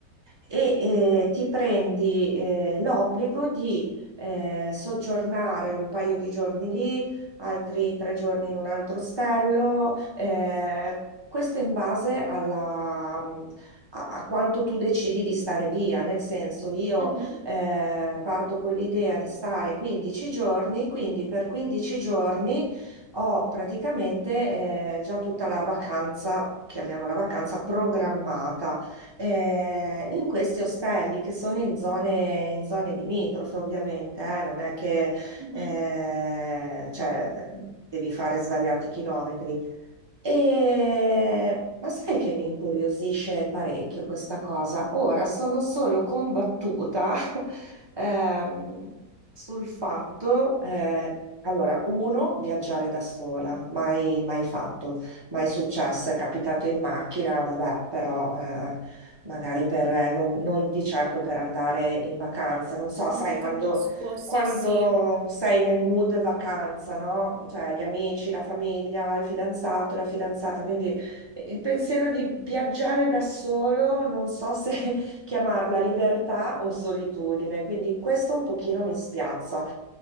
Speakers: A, on the right (about 25°); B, on the right (about 70°).
A: e eh, ti prendi eh, l'obbligo di eh, soggiornare un paio di giorni lì, altri tre giorni in un altro ostello, eh, questo in base alla- a, a quanto tu decidi di stare via, nel senso io
B: mhm,
A: eh, parto con l'idea di stare 15 giorni, quindi per 15 giorni ho praticamente eh, già tutta la vacanza, chiamiamola vacanza, programmata eh, in questi ostelli che sono in zone, in zone limitrofe, ovviamente, eh, non è che
B: mhm.
A: eh, cioè, eh, devi fare svariati chilometri. E- Ma sai che mi incuriosisce parecchio questa cosa? Ora sono solo combattuta <laughs> ehm, sul fatto, eh, allora, uno, viaggiare da sola, mai, mai fatto, mai successo, è capitato in macchina, vabbè, però eh, magari per, non, non di certo per andare in vacanza, non so, sai,
B: Mm, capisco,
A: quando
B: sì,
A: quando
B: sì.
A: sei nel mood vacanza, no? Cioè gli amici, la famiglia, il fidanzato, la fidanzata, quindi il pensiero di viaggiare da solo, non so se <laughs> chiamarla libertà o solitudine, quindi questo un pochino mi spiazza,